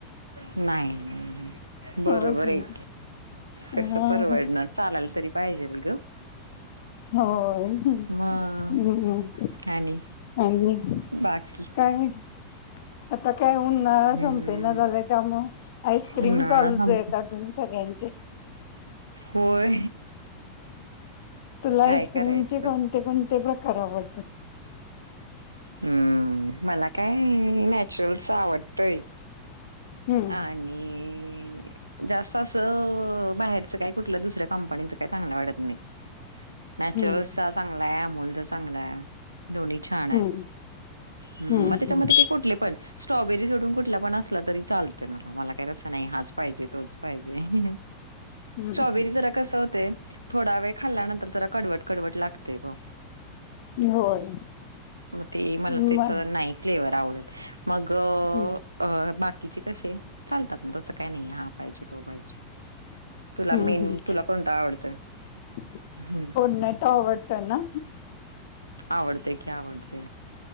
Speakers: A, on the right; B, on the left.
A: नाही नाही बरोबर
B: होय की
A: एक
B: हा
A: कस परवडणार चालाल तरी पाहिजेल ग.
B: होय हम्
A: मग आणि
B: आणि
A: बाकी
B: काही आता काय उन्हाळा
A: हम्म
B: संपे ना झालं. त्या मग आच क्रीम
A: उन्हाळा
B: चालूच
A: संपतो
B: आहे अजून सगळ्यांचे.
A: होय
B: तुला
A: काय
B: आईस्क्रीमचे
A: करायचं
B: कोणते कोणते प्रकार आवडतात?
A: हम्म मला काय नॅचरलस आवडतंय.
B: हम्म
A: आणि ह. जास्त असं बाहेरचं काय कुठल्या दुसऱ्या कंपनीचं काही चांगलं वाटत नाही. नॅचरल्
B: हम्म
A: चांगला अमोल ज चांगला आहे. दोन्ही छान आहेत.
B: हम्म
A: ह
B: हम्म
A: मग त्याच्यामध्ये काही कुठले पण. स्ट्रॉबेरी सोडून कुठला पण असला तरी चाल. मला मला काही तसं नाही हाच पाहिजे तोच पाहिजे.
B: हम्म
A: स्ट्रॉबेरी जरा कस होते थोडा वेळ खाल्ल्यानंतर जरा कडवट कडवट लागतेय ग
B: होय
A: मग ते मला
B: मग
A: त्याच नाही फ्लेवर आवडत. मग
B: हम्म
A: अ बा कसे चालतात मग तसं काय नाही हा पाहिजे तो पाहिजे. तुला
B: हम्
A: मेन तुला कोणता आवडतोय?
B: कोर्नट
A: हं
B: आवडतो ना्?
A: आवडतंय की आवडतंय.